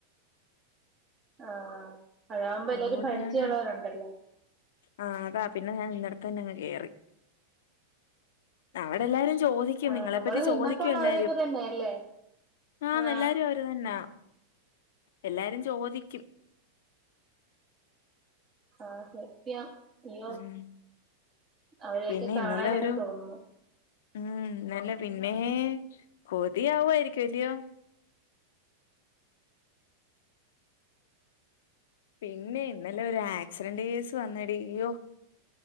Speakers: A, on the right; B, on the left.
A: ആഹ് അതാവുമ്പോ എല്ലാരും
B: അതുകൊണ്ട്
A: പരിചയോള്ളോരോണ്ടല്ലോ
B: ഞാന് ആഹ് അതാ പിന്നെ ഞാൻ നിന്നടുത്ത് തന്നെങ്ങ് കേറി അവടെല്ലാരും ചോദിക്കും
A: ആ
B: നിങ്ങളെ
A: നമ്മള്
B: പറ്റി
A: നിന്നപ്പോ
B: ചോദിക്കും
A: ഉള്ള
B: എല്ലാരും
A: അവരൊക്കെ തന്നെ അല്ലേ
B: ആന്ന്
A: ആ
B: എല്ലാരു വര് തന്നാ എല്ലാരും ചോദിക്കും
A: ആഹ് സത്യം അയ്യോ
B: ഉം
A: അവരെയൊക്കെ
B: പിന്നെ
A: കാണാനൊക്കെ
B: ഇന്നലെ ഒരു
A: തോന്നുന്നു
B: ഉം ന്നല്ല പിന്നെ കൊതിയാവുവാ യിരിക്കും ഇല്ലയോ പിന്നെ ഇന്നലെ ഒരു ആക്സിഡന്റ് കേസ് വന്നടി ഉയ്യോ